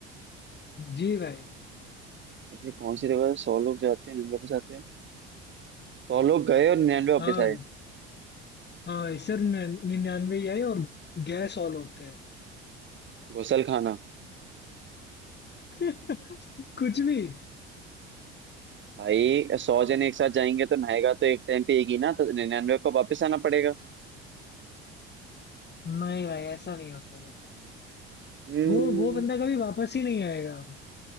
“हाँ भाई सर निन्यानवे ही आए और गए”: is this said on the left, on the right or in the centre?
Left